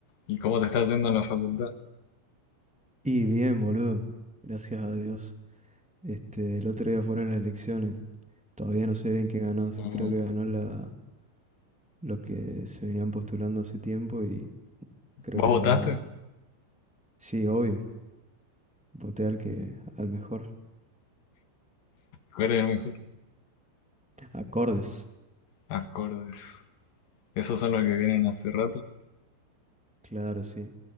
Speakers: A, on the left; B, in the centre.
A: ¿Y cómo te estás yendo en la facultad?
B: Y bien, boludo. Gracias a Dios. Este, el otro día fueron las elecciones. Todavía no sé bien quién ganó.
A: ¿O
B: Creo que ganó la, los que se venían postulando hace tiempo y creo
A: ¿Vos
B: que
A: votaste?
B: le va. Sí, obvio. Voté al que, al mejor.
A: ¿Cuál es el mejor?
B: Acordes.
A: Acordes. Esos son los que vienen hace rato.
B: Claro, sí.